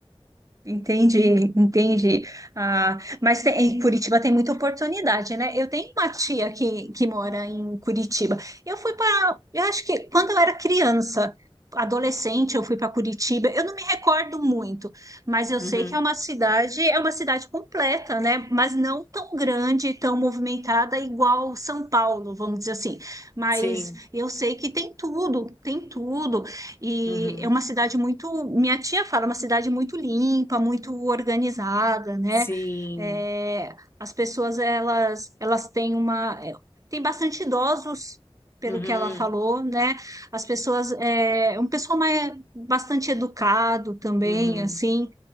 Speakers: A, on the right; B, on the left.
A: Entendi, entendi. Ah, mas tem- em Curitiba tem muita oportunidade, né? Eu tenho uma tia que, que mora em Curitiba. Eu fui para, eu acho que quando eu era criança, adolescente, eu fui para Curitiba. Eu não me recordo muito, mas eu
B: Uhum.
A: sei que é uma cidade, é uma cidade completa, né? Mas não tão grande, tão movimentada igual São Paulo, vamos dizer assim. Mas
B: Sim.
A: eu sei que tem tudo, tem tudo. E
B: Uhum.
A: é uma cidade muito, minha tia fala, é uma cidade muito limpa, muito organizada, né?
B: Sim.
A: É, as pessoas elas elas têm uma é, tem bastante idosos, pelo
B: Uhum.
A: que ela falou, né? As pessoas é é um pessoal mais bastante educado também,
B: Uhum.
A: assim,